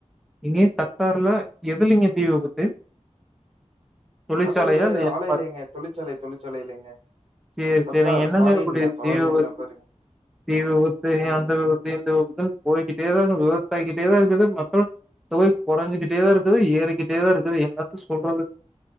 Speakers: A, in the centre; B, on the right.
A: இங்கே கத்தார்ல எதுலிங்க தீ விபத்து தொழிற்சாலையா
B: அது ஒரு
A: இல்ல என்ன
B: ஆலை இல்லைங்க தொழிற்சாலை தொழிற்சாலை இல்லைங்க
A: சேர்
B: கத்தார்
A: சேரி நீங்க என்னங்க
B: ஃபாரின்ல
A: <unintelligible>
B: ஃபாரின்ல
A: தீ விபத்
B: பாருங்க
A: தீ விபத்து அந்த
B: ம்
A: விபத்து இந்த விபத்துன் போய்கிட்டேதா விபத்தாய்க்கிட்டேதா இருக்குது மக்கள் தொகை கொறஞ்சுகிட்டேதா இருக்குது ஏறிக்கிட்டேதா இருக்குது என்னாத்த சொல்றது